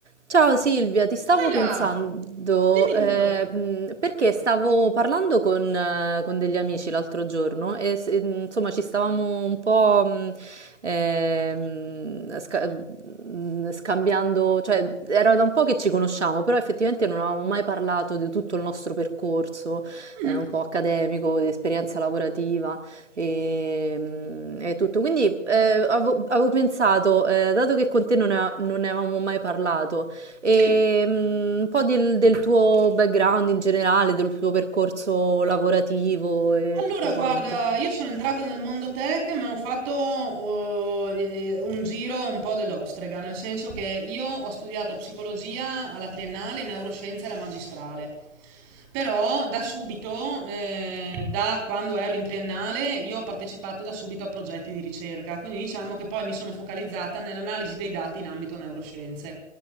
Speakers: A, on the right; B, on the right.
A: Ciao Silvia, ti stavo
B: Oila,
A: pensando,
B: Pensa. dimmi
A: eh,
B: tutto.
A: mh, perché stavo parlando con, eh, con degli amici l'altro giorno e s- e, mh, insomma ci stavamo un po' mh, ehm, sca- mh, scambiando, cioè era da un po' che ci conosciamo, però effettivamente non avevamo mai parlato di tutto il nostro percorso,
B: Mhm,
A: eh, un po' accademico, di esperienza lavorativa e, mm, e tutto. Quindi eh, avevo, avevo pensato, eh, dato che con te non ne, non ne avevamo mai parlato, e
B: Sì,
A: mm, un po' del, del tuo background in generale, del tuo percorso lavorativo e
B: Allora,
A: tutto
B: guarda,
A: quanto.
B: io sono entrata nel mondo tech, ma ho fatto oh, eh, un giro un po' dell'ostrega, nel senso che io ho studiato psicologia alla triennale, e neuroscienze alla magistrale. Però da subito, eh, da quando ero in triennale, io ho partecipato da subito a progetti di ricerca, quindi diciamo che poi mi sono focalizzata nell'analisi dei dati in ambito neuroscienze.